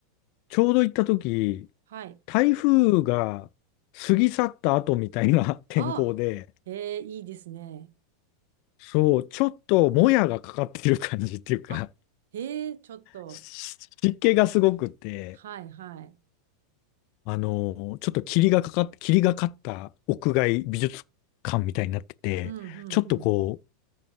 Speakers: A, on the left (about 45°); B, on the right (about 55°).
A: ちょうど行った時、
B: はい。
A: 台風が過ぎ去った後みたいな <laughs> 天候で、
B: ああ。ええ、いいですね。
A: そう、ちょっともやがかかってる感じっていうか、
B: あ、ええ、ちょっと。
A: し湿気がすごくて、
B: はい、はい。
A: あのちょっと霧がかかって、霧がかった屋外美術館みたいになってて、
B: うん、うん、
A: ちょっとこう、
B: うん。